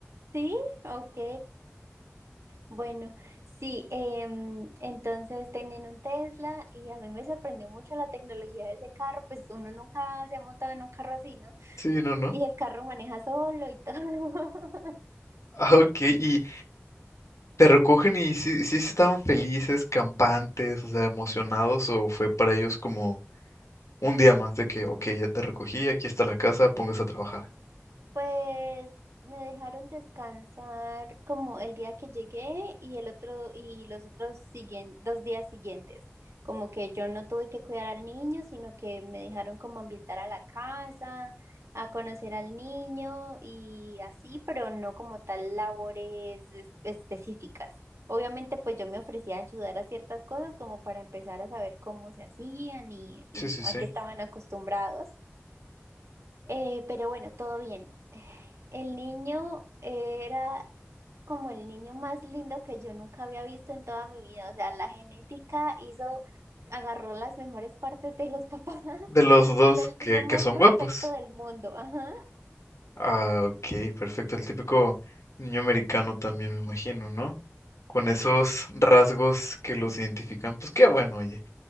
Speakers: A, on the right (about 75°); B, on the left (about 85°).
A: Sí, ok. Bueno, sí, em, entonces tenían un Tesla y a mí me sorprendió mucho la tecnología de ese carro, pues uno nunca se ha montado en un carro así, ¿no?
B: Sí, no, no.
A: Y el carro maneja solo y todo. <laughs>
B: Ah, ok, y te recogen y sí, sí estaban felices, campantes, o sea, emocionados, o fue para ellos como un día más de que, ok, ya te recogí, aquí está la casa, póngase a trabajar.
A: Pues me dejaron descansar como el día que llegué y el otro y los otros siguen, dos días siguientes. Como que yo no tuve que cuidar al niño, sino que me dejaron como ambientar a la casa, a conocer al niño y así, pero no como tal labores es- específicas. Obviamente, pues yo me ofrecía a ayudar a ciertas cosas como para empezar a saber cómo se hacían y, y
B: Sí, sí,
A: a
B: sí.
A: qué estaban acostumbrados. Eh, pero bueno, todo bien. <laughs> El niño era como el niño más lindo que yo nunca había visto en toda mi vida. O sea, la genética hizo, agarró las mejores partes de los papás. <laughs>
B: De los
A: Es
B: dos
A: el
B: que,
A: niño más
B: que son
A: perfecto
B: guapos.
A: del mundo. Ajá.
B: Ah, ok, perfecto. El típico niño americano también, me imagino, ¿no? Con
A: Sí,
B: esos rasgos que los identifican. Pues qué bueno, oye,